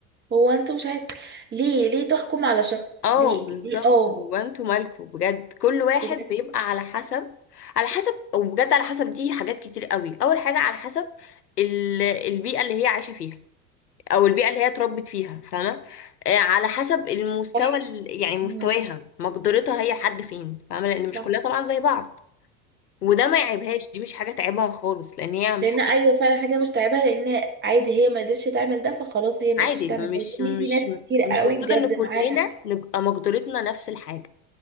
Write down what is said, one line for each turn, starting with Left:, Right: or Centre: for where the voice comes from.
Right: هو انت مش عارف ليه ليه تحكم على شخص
Left: اه
Right: ليه
Left: بالظبط
Right: ليه اه
Left: هو انتوا مالكوا بجد كل واحد
Right: بجد
Left: بيبقى على حسب على حسب وبجد على حسب دي حاجات كتير قوي اول حاجه على حسب ال- البيئه اللي هي عايشه فيها او البيئه اللي هي اتربت فيها فاهمه آه، على حسب المستوى
Right: صح
Left: ال- يعني مستواها
Right: مم.
Left: مقدرتها هي لحد فين فاهمه لان
Right: صح
Left: مش كلها طبعا زي بعض وده ما يعيبهاش دي مش حاجه تعيبها خالص لان هي مش
Right: لان
Left: حاجة
Right: ايوه فعلا حاجه مش تعبها لان عادي هي ما قدرتش تعمل ده فخلاص هي ما
Left: عادي
Right: قدرتش تعمل
Left: مش
Right: ده لان
Left: مش
Right: في ناس كتير
Left: مش
Right: قوي
Left: المفروض
Right: بجد
Left: ان كلنا
Right: معاها
Left: نبقى مقدرتنا نفس الحاجه